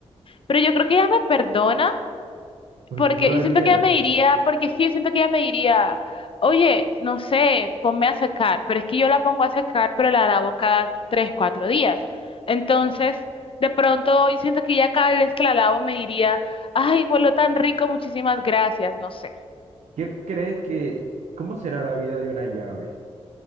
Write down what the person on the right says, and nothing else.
¿Por
qué lo harías?
¿Qué crees que... ¿Cómo será la vida de una llave?